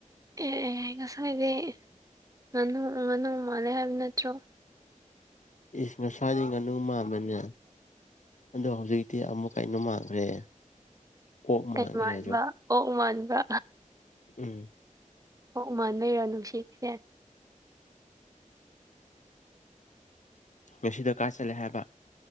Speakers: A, on the right; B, on the left.
A: ꯑꯦ ꯑꯦ ꯉꯁꯥꯏꯗꯤ ꯉꯥꯅꯨ ꯉꯥꯅꯨ ꯃꯥꯜꯂꯦ ꯍꯥꯏꯕ ꯅꯠꯇ꯭ꯔꯣ
B: ꯏꯁ ꯉꯁ꯭ꯋꯥꯏꯗꯒꯤꯩ ꯉꯥꯅꯨ ꯃꯥꯟꯕꯅꯦ ꯑꯗꯣ ꯍꯧꯖꯤꯛꯇꯤ ꯑꯃꯨꯛ ꯀꯩꯅꯣ ꯃꯥꯟꯈ꯭ꯔꯦ ꯑꯣ ꯃꯥ
A: ꯀꯩ ꯃꯥꯟꯕ
B: ꯔꯦꯖꯣ
A: ꯑꯣꯛ ꯃꯥꯟꯕ
B: ꯎꯝ
A: ꯍ ꯎꯃꯥꯟ ꯂꯩꯔꯣ ꯅꯨꯡꯁꯤꯁꯦ
B: ꯉꯁꯤꯗ ꯀꯥ ꯆꯠꯂꯦ ꯍꯥꯏꯕ